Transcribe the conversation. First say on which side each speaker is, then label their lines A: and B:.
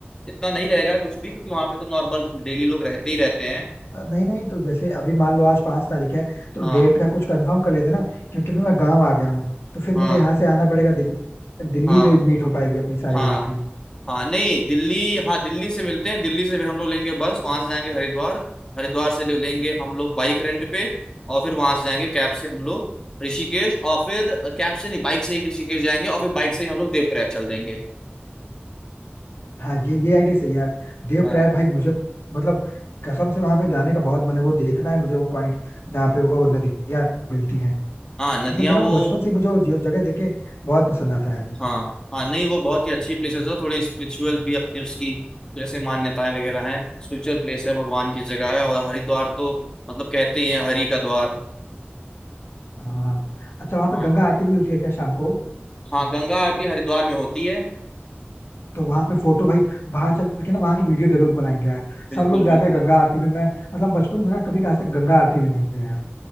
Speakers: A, on the left (about 20°); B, on the left (about 80°).
A: इतना नहीं रहेगा कुछ भी क्योंकि वहाँ पे तो नॉर्मल डेली लोग रहते ही रहते हैं
B: अ, नहीं नहीं तो जैसे अभी मान लो आज पांच तारीख है तो
A: हाँ
B: डेट का कुछ कंफर्म कर लेते ना क्योंकि मैं गाँव आ गया हूँ तो फिर
A: हाँ
B: मुझे यहाँ से आना पड़ेगा दिल्ली फिर दिल्ली
A: हाँ
B: में मीट हो पाएगी अपनी सारे
A: हाँ
B: लोगों की
A: हाँ नहीं दिल्ली हाँ दिल्ली से मिलते हैं दिल्ली से फिर हम लोग लेंगे बस वहां से जाएंगे हरिद्वार हरिद्वार से ले- लेंगे हम लोग बाइक रेंट पे और फिर वहां से जाएंगे कैब से हम लोग ऋषिकेश और फिर कैब से नहीं बाइक से ही ऋषिकेश जाएंगे और फिर बाइक से ही हम लोग देवप्रयाग चल देंगे
B: हाँ ये ये आइडिया सही है यार देवप्रयाग
A: हाँ
B: भाई मुझे मतलब कसम से वहां पे जाने का बहुत मन है वो देखना है मुझे वो पॉइंट जहाँ पे वो नदियाँ मिलती हैं
A: हाँ नदियाँ
B: मतलब मेरा
A: वो
B: वो बचपन से ही मुझे वो ज- जगह देख के बहुत पसंद आता है वो
A: हाँ हाँ नहीं वो बहुत ही अच्छी प्लेसेस है थोड़ी स्पिरिचुअल भी अपनी उसकी जैसे मान्यताएं वगैरह हैं स्पिरिचुअल प्लेस है भगवान की जगह है और हरिद्वार तो मतलब कहते ही है हरि का द्वार
B: हाँ अच्छा वहाँ पे
A: हाँ
B: गंगा आरती भी होती है क्या शाम को
A: हाँ गंगा आरती हरिद्वार में होती है
B: तो वहाँ पे फोटो भाई वहां चल के ना वहाँ की वीडियो जरूर बनाएंगे यार
A: बिल्कुल
B: सब लोग जाते
A: बिल्कुल
B: हैं गंगा आरती में मैं मतलब बचपन से ना कभी आज तक गंगा आरती भी नहीं गया यार